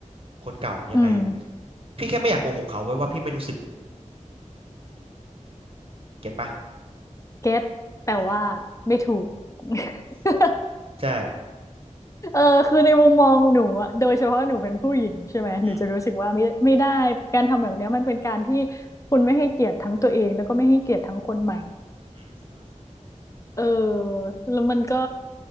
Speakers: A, on the right; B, on the left.
A: คนเก่ายังไง
B: อืม
A: พี่แค่ไม่อยากโกหกเขาไว้ว่าพี่ไม่รู้สึกเก็ตปะ
B: เก็ตแต่ว่าไม่ถูก
A: อืม
B: <laughs>
A: อืมใช่
B: เออคือในมุมมองหนูอะโดยเฉพาะหนูเป็นผู้หญิงใช่ไหมหนูจะรู้สึกว่าไม่ไม่ได้การทำแบบเนี้ยมันเป็นการที่
A: อืม
B: คุณไม่ให้เกียรติทั้งตัวเองแล้วก็ไม่ให้เกียรติทั้งคนใหม่
A: อืมฮึ
B: เออแล้วมันก็